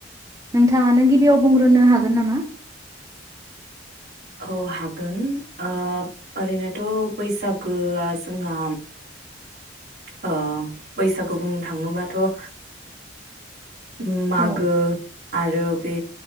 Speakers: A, on the right; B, on the right.
A: नोंथाङानो गिबियाव बुंग्रोनो हागोन नामा?
B: औ हागोन ओ ओरैनोथ' बैसागोआ जोंहा। ओ बैसागु बुंनो थाङोबाथ' ओम मागो
A: औ
B: आरो बे